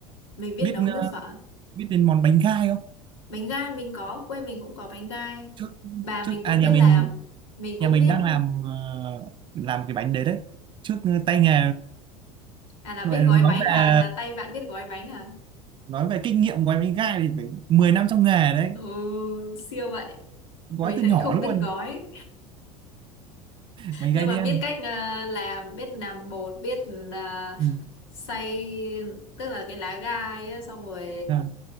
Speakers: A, on the left; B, on the right.
A: mình biết
B: biết
A: nấu nước
B: ờ,
A: phở.
B: biết đến món bánh gai không
A: Bánh gai mình có, quê mình cũng có bánh gai.
B: trước
A: Bà
B: trước
A: mình cũng
B: à nhà
A: biết
B: mình
A: làm, mình cũng
B: nhà mình
A: biết
B: đang làm ờ, làm cái bánh đấy đấy trước ờ, tay nghề
A: à là
B: vậy
A: biết gói
B: nói
A: bánh
B: về
A: à, là tay bạn biết gói bánh à.
B: nói về kinh nghiệm của em đánh gai thì phải 10 năm trong nghề đấy
A: Ừ, siêu vậy.
B: gói
A: Mình
B: từ
A: lại
B: nhỏ
A: không
B: luôn
A: biết gói,
B: mày
A: nhưng
B: gai
A: mà
B: đen
A: biết cách ờ, làm, biết làm bột, biết uh,
B: ừ.
A: xay tức là cái lá gai á, xong rồi
B: à,